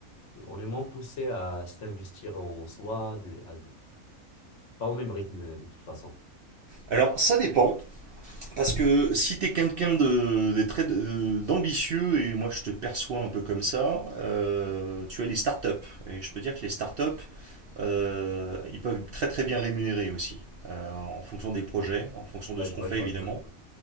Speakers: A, on the left (about 65°); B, on the right (about 60°).
A: on est moins poussé à s'investir en soi, de- à, Pas au même rythme, euh, de toute façon.
B: Alors, ça dépend, parce que si t'es quelqu'un de, de très- de- d'ambitieux, et moi je te perçois un peu comme ça, euh, tu as les startups. Et je peux dire que les startups, euh, ils peuvent être très très bien rémunérés aussi, euh, en fonction des projets, en fonction de
A: Ouais,
B: ce
A: je
B: qu'on
A: vois,
B: fait
A: je vois
B: évidemment.
A: bien.